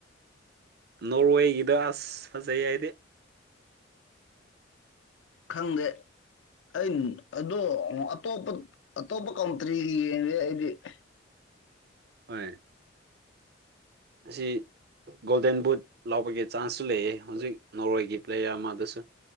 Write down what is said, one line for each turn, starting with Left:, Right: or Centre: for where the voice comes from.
Right: ꯅꯣꯔꯋꯦꯒꯤꯗ ꯑꯁ ꯐꯖꯩꯑꯦ ꯑꯩꯗꯤ
Left: ꯈꯪꯗꯦ ꯑꯩ ꯑꯗꯣ ꯑꯇꯣꯞꯄ ꯑꯇꯣꯞꯄ ꯀꯟꯇ꯭ꯔꯤꯒꯤ ꯌꯦꯡꯗꯦ ꯑꯩꯗꯤ <inaudible>
Right: ꯍꯣꯏ ꯑꯁꯤ ꯒꯣꯜꯗꯦꯟ ꯕꯨꯠ ꯂꯧꯕꯒꯤ ꯆꯥꯟꯁꯁꯨ ꯂꯩꯑꯦ ꯍꯧꯖꯤꯛ ꯅꯣꯔꯋꯦꯒꯤ ꯄ꯭ꯂꯦꯌꯔ ꯑꯃꯗꯁꯨ